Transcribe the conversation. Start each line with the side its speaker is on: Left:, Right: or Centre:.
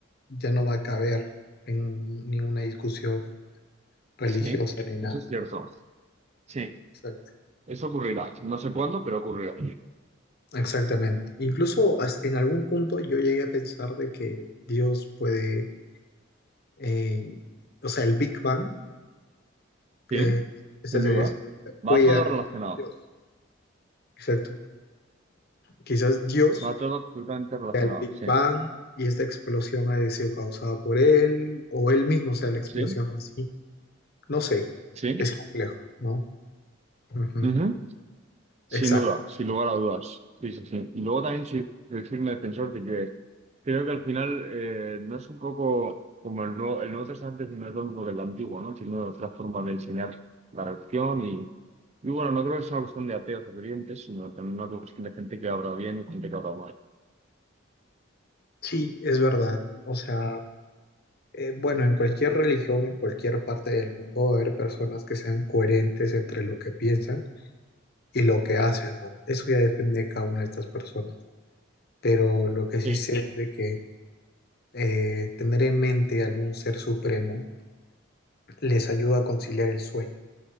Left: ya no va a caber en ninguna discusión religiosa
Right: Sí,
Left: ni nada.
Right: eso es cierto. Sí,
Left: Exacto.
Right: eso ocurrirá. No sé cuándo, pero ocurrirá.
Left: Exactamente. Incluso as- en algún punto yo llegué a pensar de que Dios puede, eh, o sea, el Big Bang,
Right: Sí,
Left: eh, esta
Right: sin
Left: teoría
Right: duda.
Left: científica, puede
Right: Va todo
Left: llegar a
Right: relacionado.
Left: Dios. Exacto. Quizás Dios,
Right: Va todo absolutamente relacionado.
Left: el Big
Right: Sí,
Left: Bang y esta explosión haya sido causada por él o él mismo, o sea, la explosión
Right: sí,
Left: en sí. No sé,
Right: sí.
Left: es complejo, ¿no? Ujú.
Right: ujú, Sin
Left: Exacto.
Right: duda, sin lugar a dudas. Sí, sí, sí. Y luego también sí, decirme defensor de que creo que al final eh, no es un poco como el nuevo, el nuevo Testamento no es lo mismo que el antiguo, ¿no? Sino otra forma de enseñar la religión y, y bueno, no creo que sea una cuestión de ateos o creyentes, sino también una cuestión de gente que ha obrado bien y gente que ha obrado mal.
Left: Sí, es verdad. O sea, eh, bueno, en cualquier religión, en cualquier parte del mundo va a haber personas que sean coherentes entre lo que piensan y lo que hacen, ¿no? Eso ya depende de cada una de estas personas. Pero lo que
Right: Sí,
Left: sí sé es de que eh, tener en mente algún ser supremo les ayuda a conciliar el sueño,